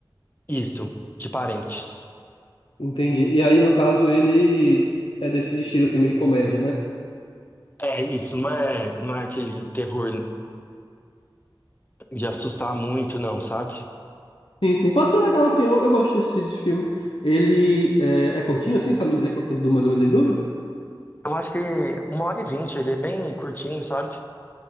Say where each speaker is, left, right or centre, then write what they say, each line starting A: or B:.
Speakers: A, on the left; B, on the left.
A: isso, de parentes.
B: entendi. E aí, no caso, ele é desse estilo, assim, meio comédia, né?
A: É isso, não é, não é aquele terror de assustar muito, não, sabe?
B: Sim, sim, pode ser legal, assim, eu, eu gosto desse estilo de filme. Ele é, é curtinho, assim, sabe me dizer quanto tempo du- mais ou menos ele dura?
A: Eu acho que uma hora e vinte, ele é bem curtinho, sabe?